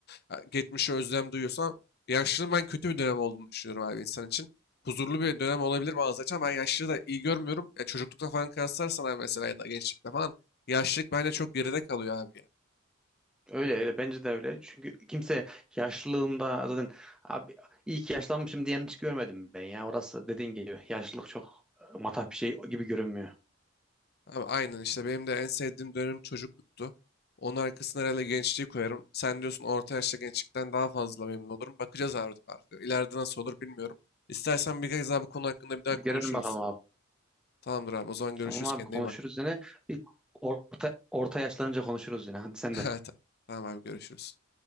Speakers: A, on the left; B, in the centre.
A: Ha, Geçmişe özlem duyuyorsam yaşlılığın ben kötü bir dönem olduğunu düşünüyorum abi insan için. Huzurlu bir dönem olabilir bazı açıdan. Ben yaşlılığı da iyi görmüyorum. Ya çocuklukta falan kıyaslarsan abi mesela ya da gençlikte falan yaşlılık bence çok geride kalıyor abi ya.
B: Öyle öyle bence de öyle. Çünkü kimse yaşlılığında zaten abi iyi ki yaşlanmışım diyen hiç görmedim ben ya. Orası dediğin gibi yaşlılık çok e, matah bir şey gibi görünmüyor.
A: Abi aynen işte benim de en sevdiğim dönem çocukluktu. Onun arkasına herhalde gençliği koyarım. Sen diyorsun orta yaşta gençlikten daha fazla memnun olurum. Bakacağız abi. artık. İleride nasıl olur bilmiyorum. İstersen bir kez daha bu konu hakkında bir daha
B: Bir
A: konuşuruz.
B: görelim bakalım abi.
A: Tamamdır abi. O zaman görüşürüz.
B: Tamam abi
A: Kendine
B: konuşuruz
A: iyi bak.
B: yine. Bir orta orta yaşlanınca konuşuruz yine. Hadi sen
A: <laughs>
B: de.
A: Tamam abi görüşürüz.